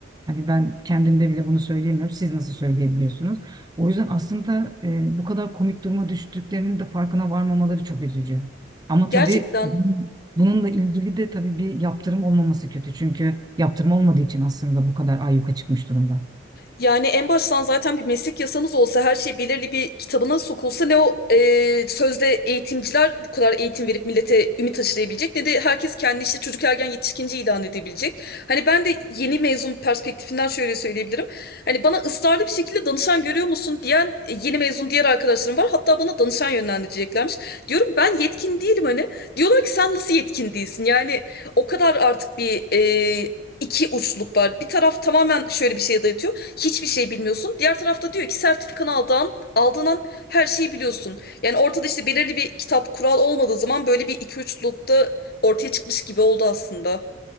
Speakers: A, on the right; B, on the left.
A: hani ben kendimde bile bunu söyleyemiyorum siz nasıl söyleyebiliyorsunuz? O yüzden aslında e, bu kadar komik duruma düştüklerinin de farkına varmamaları çok üzücü. Ama tabii
B: Gerçekten
A: bununla ilgili de tabii bir yaptırım olmaması kötü. Çünkü yaptırım olmadığı için aslında bu kadar ayyuka çıkmış durumda.
B: Yani en baştan zaten bir meslek yasamız olsa her şey belirli bir kitabına sokulsa ne o e, sözde eğitimciler bu kadar eğitim verip millete ümit aşılayabilecek ne de herkes kendi işte çocuk ergen yetişkinci ilan edebilecek. Hani ben de yeni mezun perspektifinden şöyle söyleyebilirim. Hani bana ısrarlı bir şekilde danışan görüyor musun diyen e, yeni mezun diğer arkadaşlarım var. Hatta bana danışan yönlendireceklermiş. Diyorum ben yetkin değilim hani. Diyorlar ki sen nasıl yetkin değilsin? Yani o kadar artık bir e, iki uçluk var. Bir taraf tamamen şöyle bir şeye dayatıyor hiçbir şey bilmiyorsun. Diğer tarafta diyor ki sertifikanı aldığın, aldığın an her şeyi biliyorsun. Yani ortada işte belirli bir kitap kural olmadığı zaman böyle bir iki üçlülükte ortaya çıkmış gibi oldu aslında.